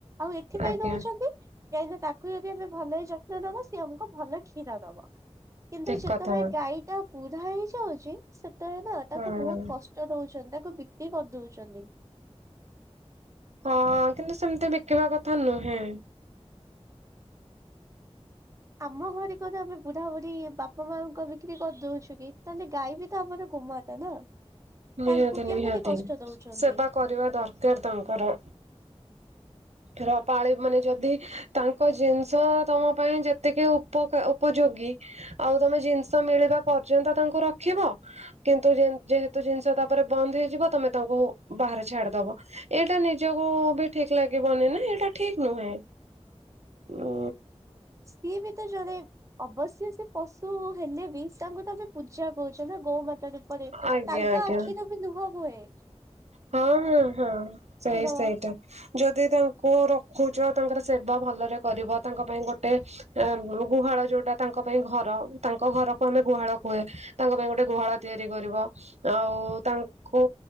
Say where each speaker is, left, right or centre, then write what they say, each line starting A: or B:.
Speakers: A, on the right; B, on the right.
A: ଆଉ ଏଥିପାଇଁ
B: ଆଜ୍ଞା।
A: ନଉଛନ୍ତି। କାହିଁକିନା ତାକୁ ଯଦି ଆମେ ଭଲରେ ଯତ୍ନ ନବା ସେ ଆମକୁ ଭଲ କ୍ଷୀର ଦବ। କିନ୍ତୁ
B: ଠିକ
A: ଯେତେବେଳେ
B: କଥା
A: ଗାଈ ଟା ବୁଢା ହେଇଯାଉଛି ସେତେବେଳେ ନା
B: ହଁ
A: ତାକୁ ବହୁତ କଷ୍ଟ। ଦଉଛନ୍ତି ତାକୁ ବିକ୍ରି କରିଦଉଛନ୍ତି।
B: ହଁ। କିନ୍ତୁ ସେମିତି ବିକିବା କଥା ନୁହେଁ।
A: ଆମ ଘରେ କଣ ଆମେ ବୁଢା, ବୁଢ଼ୀ ବାପା, ମାକୁ ବିକ୍ରି କରିଦଉଛୁ କି? ତାହେଲେ ଗାଈ ବି ତ ଆମର ଗୋମାତା। ନା।
B: ନିହାତି
A: ତାଙ୍କୁ କେମିତି
B: ନିହାତି
A: କଷ୍ଟ ଦଉଛନ୍ତି
B: ସେବା କରିବା ଦରକାର ତାଙ୍କର।
A: <unintelligible>
B: ର ପାଳି ମାନେ ଯଦି ତାଙ୍କ ଜିନିଷ ତମ ପାଇଁ ଯେତିକି ଉପ ଉପଯୋଗୀ। ଆଉ ତମେ ଜିନିଷ ମିଳିବା ପର୍ଯ୍ୟନ୍ତ ତାଙ୍କୁ ରଖିବ। କିନ୍ତୁ ଯେହେତୁ। ଜିନିଷ ତାପରେ ବନ୍ଦ ହେଇଯିବ। ତମେ ତାଙ୍କୁ ବାହାରେ ଛାଡିଦବ ଏଇଟା ନିଜକୁ ବି। ଠିକ ଲାଗିବନି ନା ଏଇଟା ଠିକ୍ ନୁହେଁ। ଉ
A: ସିଏ ବି ତ ଯଦି। ଅବଶ୍ୟ ସେ ପଶୁ ହେଲେ ବି ତାଙ୍କୁ ତ ଆମେ ପୂଜା କରୁଛୁ ନା ଗୋମାତା। ପରେ
B: ଆଜ୍ଞା
A: ତାଙ୍କ
B: ଆଜ୍ଞା
A: ଆଖିରୁ ବି ଲୁହ ବୁହେ।
B: ହଁ ହଁ ହଁ ସେଇ
A: ଦବା
B: ସେଇଟା ଯଦି ତା। କୁ ରଖୁଛ ତାଙ୍କର ସେବା ଭଲରେ କରିବ ତାଙ୍କ ପାଇଁ ଗୋଟେ ଗୁହାଳ ଯୋଉଟା ତାଙ୍କ ପାଇଁ ଘର ତାଙ୍କ ଘରକୁ ଆମେ ଗୁହାଳ କୁହେ ତାଙ୍କ ପାଇଁ ଗୋଟେ ଗୁହାଳ ତିଆରି କରିବ ଆଉ ତାଙ୍କୁ